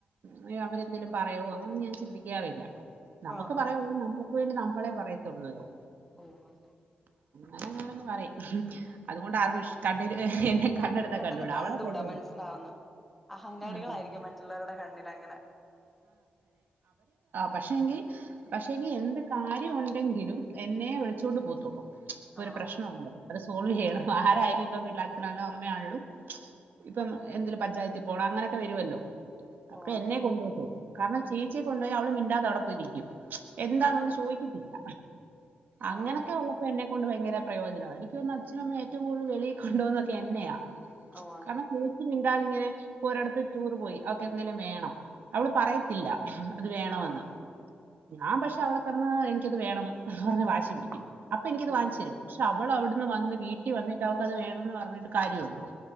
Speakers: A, on the right; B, in the centre.
A: അയ്യോ അവരെന്തേലും പറയോ അങ്ങനൊന്നും ഞാൻ ചിന്തിക്കാറില്ല നമുക്ക്
B: ആഹ്
A: പറയാള്ളത്
B: ആഹ്
A: നമ്മുക്ക് വേണ്ടി നമ്മളെ പറയത്തൊള്ളല്ലോ
B: ഓ അ
A: അങ്ങനെ ഞാനങ് പറയും അതുകൊണ്ട് ആർക്കും ഇഷ് കണ്ണിന് എന്നെ കണ്ണെടുത്താ
B: പെട്ടെന്ന്
A: കണ്ടുകൂടാ.
B: കണ്ടൂടാ
A: അവളെ ഭയങ്കര
B: മൻസ്സിലാവുന്നേ
A: ഇതാ.
B: അഹങ്കാരികളായിരിക്കും
A: ഉം.
B: മറ്റുള്ളവരുടെ കണ്ണില് അങ്ങനെ
A: പക്ഷെങ്കി പക്ഷെങ്കി എന്ത് കാര്യവൊണ്ടെങ്കിലും എന്നെ വിളിച്ചൊണ്ട് പോവത്തുള്ളൂ ഇപ്പൊ
B: ആണോ
A: ഒരു പ്രശ്നുണ്ട് അത് സോൾവെയ്യണം ആരായാലും ഇപ്പം വീട്ടില് അച്ഛനാൺലും അമ്മയാൺലും ഇപ്പം എന്തിലും പഞ്ചായത്തി പോണം അങ്ങനൊക്കെ വരുവല്ലോ അപ്പേ
B: ഓ അതെ
A: എന്നെ കൊണ്ടുപോവത്തൊള്ളൂ കാരണം ചേച്ചിയെ കൊണ്ടോയ അവള് മിണ്ടാതെ അവിടെപോയിരിക്കും എന്താണൊന്ന്
B: ഓക്കെ
A: ചോയ്ക്കത്തില്ല
B: ആഹ്
A: അങ്ങനൊക്കെ ഒള്ളപ്പോ എന്നെ കൊണ്ട് ഭയങ്കര പ്രയോജനാ എനിക്കോന്ന്ന്നു അച്ഛനുഅമ്മിം ഏറ്റവും കൂടുതൽ വെളി കൊണ്ടോന്നൊക്കെ എന്നെയാ
B: ഓ ആഹ്
A: കാരണം ചേച്ചി മിണ്ടാതിങ്ങനെ ഇപ്പൊ ഒരടത്ത് ടൂറ് പോയി അവക്ക് എന്തെലും വേണം അവള് പറയത്തില്ല അത് വേണമന്ന്
B: ആഹ് ആഹ്
A: ഞാൻ
B: മനസ്സിലായി
A: പക്ഷെ അവിടെ കിടന്ന് എനിക്കത് വേണം എന്ന് പറഞ്ഞ് വാശി പിടിക്കും അപ്പൊ എനിക്കത്
B: ഉം
A: വാങ്ങിച്ച്തരും
B: ഉം
A: പക്ഷെ അവളവിടുന്ന് വന്ന് വീട്ടിൽ വന്നിട്ട് അവക്കത് വേണമെന്ന് പറഞ്ഞിട്ട് കാര്യമുണ്ടോ